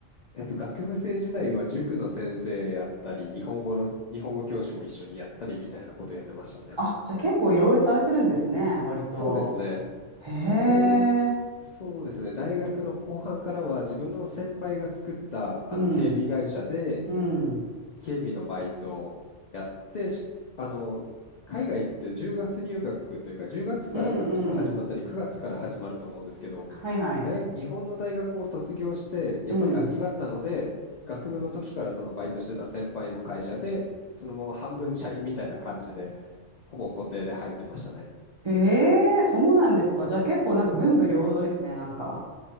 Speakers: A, on the left; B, on the right.
A: えっと、学部生時代は塾の先生やったり、日本語の、日本語教師も一緒にやったりみたいなことやってましたね。
B: あ、じゃあ結構いろいろされてるんですね、割と。
A: そうですね。
B: へえ。
A: で、そうですね。大学の後半からは自分の先輩が作ったあの警備会社で、
B: うん、うん、
A: 警備のバイトをやってしあの海外って10月入学というか10月から学期が始まったり9月から始まると思うんですけど
B: うんうん。はいはい。
A: 大日本の大学を卒業してやっぱり空きがあったので学部の時からそのバイトしてた先輩の会社でそのまま半分社員みたいな感じで
B: うん。
A: ほぼ固定で入ってましたね。
B: へえ、そうなんですか。じゃあ結構なんか文武両道ですね、なんか。